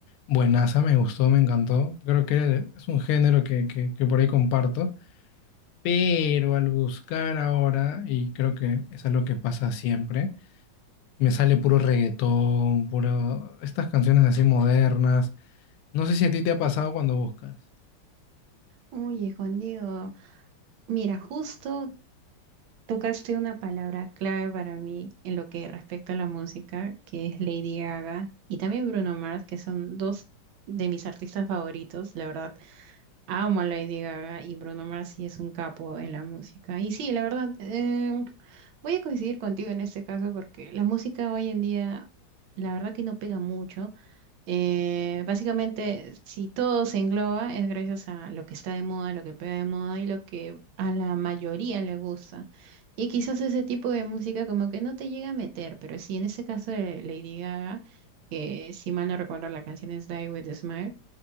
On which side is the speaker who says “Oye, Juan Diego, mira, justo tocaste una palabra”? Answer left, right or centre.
Right